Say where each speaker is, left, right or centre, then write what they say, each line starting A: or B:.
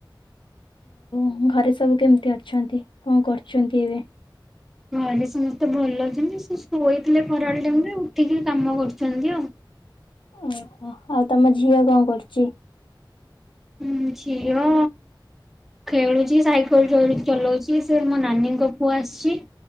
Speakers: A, on the left; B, in the centre.
A: ଉଁ ଘରେ ସବୁ କେମିତି ଅଛନ୍ତି କଣ କରୁଚନ୍ତି ଏବେ?
B: ନହଲେ ସମସ୍ତେ ଭଲ ଅଛନ୍ତି ସେ ଶୋଇଥିଲେ ଖରାବେଳ ଟାଇମରେ ଉଠିକି କାମ କରୁଚନ୍ତି ଆଉ।
A: ଓହୋ ଆଉ ତମ ଝିଅ କଣ କରୁଚି?
B: ଉଁ ଝିଅ ଖେଳୁଚି ସାଇକେଲ ଚଢୁ ଚଲୋଉଚି ସେ ମୋ ନାନୀଙ୍କ ପୁଅ ଆସିଚି।